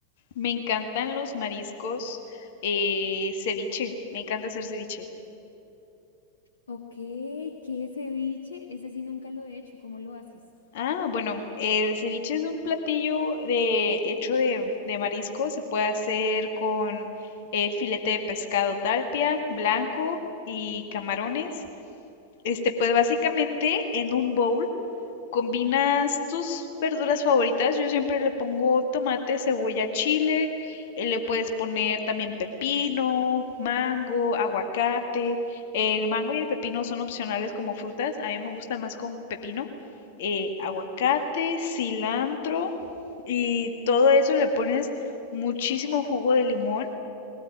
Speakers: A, on the left (about 55°); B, on the left (about 70°).
A: Me encantan los mariscos, eh, ceviche, me encanta hacer ceviche.
B: Ok, qué ceviche, ese sí nunca lo he hecho, ¿cómo lo haces?
A: Ah, bueno, el ceviche es un platillo de, hecho de, de marisco, se puede hacer con eh, filete de pescado talpia, blanco y camarones. Este, pues básicamente en un bowl combinas tus verduras favoritas, yo siempre le pongo tomate, cebolla, chile, eh, le puedes poner también pepino, mango, aguacate. El
B: Guau,
A: mango y el pepino son opcionales como frutas, a mí me gusta más con pepino, eh, aguacate, cilantro y todo eso le pones muchísimo jugo de limón